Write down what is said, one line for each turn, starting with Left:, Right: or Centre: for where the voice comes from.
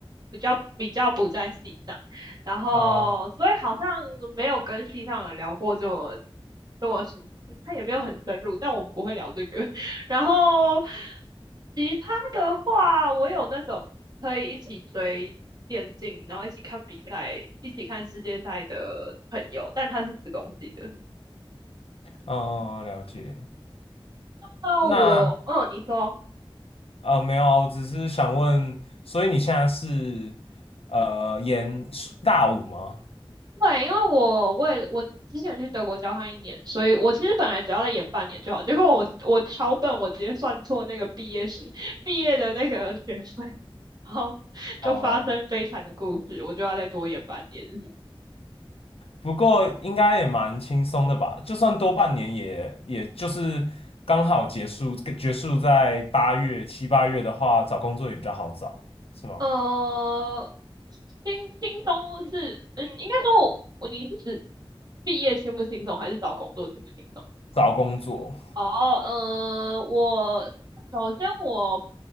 Right: 比较比较不在系上，然后所以好像没有跟系上的聊过这么
Left: 哦
Right: 这么，他也没有很深入，但我们不会聊这个。<laughs> 然后其他的话，我有那种可以一起追。电竞，然后一起看比赛，一起看世界赛的朋友，但他是子公系的。
Left: 哦，了解。
Right: 那我，
Left: 那
Right: 嗯，你说，
Left: 呃，没有啊，我只是想问，所以你现在是呃研是大五吗？
Right: 对，因为我为了我之前去德国交换一年，所以我其实本来只要再延半年就好，结果我我超笨，我直接算错那个毕业是 <laughs> 毕业的那个学分，然后就发生悲惨的故事，
Left: 哦
Right: 我就要再多延半年。
Left: 不过应该也蛮轻松的吧？就算多半年也，也就是刚好结束，结束在八月、七八月的话，找工作也比较好找，是吗？
Right: 呃，轻轻松是，嗯，应该说我，你是指毕业轻不轻松，还是找工作轻不轻松？
Left: 找工作
Right: 哦，呃，我首先我